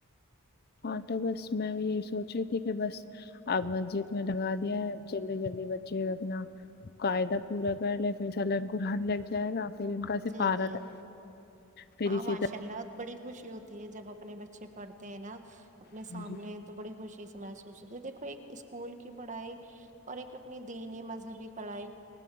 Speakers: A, on the left (about 45°); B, on the right (about 35°).
A: ہاں تو بس میں بھی یہی سوچ رہی تھی کہ بس اب مسجد میں لگا دیا ہے جلدی جلدی بچے اپنا قاعدہ پورا کر لے پھر سلن قرن لگ جائے گا پھر ان کا سپارہ
B: جی جی
A: لگ، پھر
B: ہاں
A: اسی
B: ماشاء اللہ بڑی خوشی ہوتی ہے جب اپنے بچے پڑھتے ہیں نا اپنے
A: طرح
B: سامنے تو بڑی خوشی سے محسوس ہو دیک کو ایک اسکول کی پڑھائی اور ایک اپنی دینی مذہبی پڑھائی